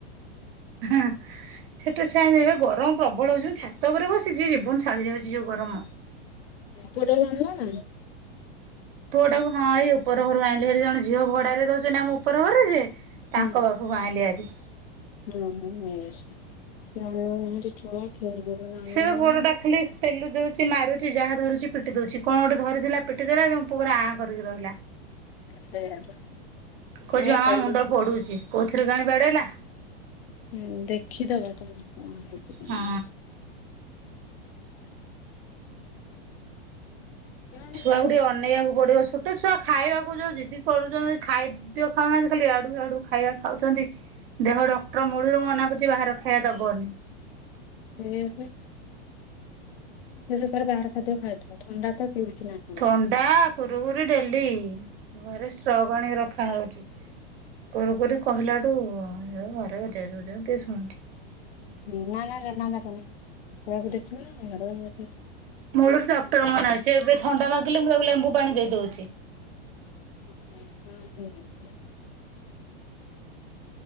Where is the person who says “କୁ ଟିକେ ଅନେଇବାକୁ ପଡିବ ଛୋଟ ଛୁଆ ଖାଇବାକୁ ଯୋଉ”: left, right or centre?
Right